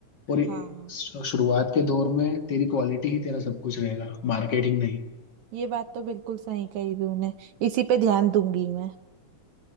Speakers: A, on the left; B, on the right.
A: और
B: हाँ
A: शु- शुरुआत के दौर में तेरी क्वालिटी ही तेरा सब कुछ रहेगा मार्केटिंग नहीं
B: ये बात तो बिल्कुल सही कही तूने इसी पे ध्यान दूंगी मैं